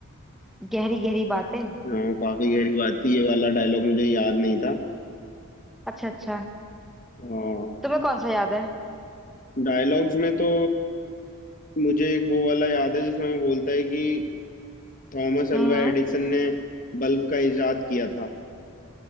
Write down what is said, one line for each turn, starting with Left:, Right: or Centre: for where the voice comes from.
Centre: गहरी गहरी बातें
Left: हाँ काफी गहरी बात थी ये वाला डायलॉग मुझे याद नहीं था
Centre: अच्छा अच्छा
Left: हाँ
Centre: तुम्हें कौन सा याद है
Left: डायलॉग्स में तो मुझे एक वो वाला याद है जिसमें वो बोलता है कि थॉमस
Centre: हम्म
Left: अल्वा
Centre: हम्म
Left: एडिसन ने बल्ब का इजाद किया था